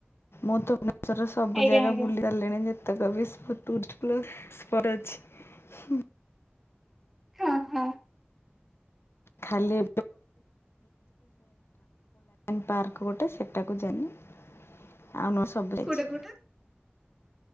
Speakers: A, on the left; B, in the centre.
A: ମୁ ତ <inaudible> ସବୁ
B: ଆଜ୍ଞା
A: ଜାଗା
B: ଆଜ୍ଞା
A: ବୁଲି ସାରିଲେଣି ଯେତେକ ବି ଟୁରିଷ୍ଟ ପ୍ଲେସ୍ ସ୍ପଟ ଅଛି।
B: ହଁ ହଁ
A: ଖାଲି ପାର୍କ <inaudible> ଗୋଟେ ସେଟାକୁ ଯାଇନି। ଆଉ ନ ସବୁ ଯାଇଛି।
B: କୋଉଟା କୋଉଟା